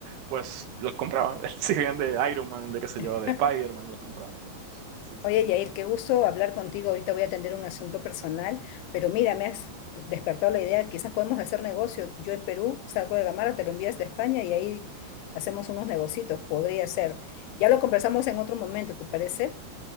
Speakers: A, on the right (about 75°); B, on the left (about 85°).
A: pues los compraban, <laughs> si bien de Iron Man, de qué sé
B: <laughs>
A: yo, de Spider-Man, los compraban. Sí, sí.
B: Oye, Yair, qué gusto hablar contigo. Ahorita voy a atender un asunto personal, pero mira, me has despertado la idea, quizás podemos hacer negocio. Yo en Perú salgo de Gamara, te lo envías de España y ahí hacemos unos negocitos, podría ser. Ya lo conversamos en otro momento, ¿te parece?